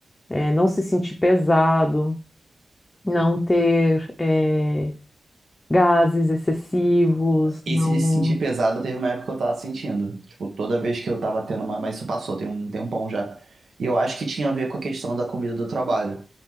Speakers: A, on the left (about 30°); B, on the right (about 70°).
A: eh, não se sentir pesado, não ter eh, gases excessivos,
B: Esse
A: não.
B: de se sentir pesado teve uma época que eu tava sentindo. Tipo, toda vez que eu tava tendo uma. Mas isso passou, tem um tempão já. E eu acho que tinha a ver com a questão da comida do trabalho.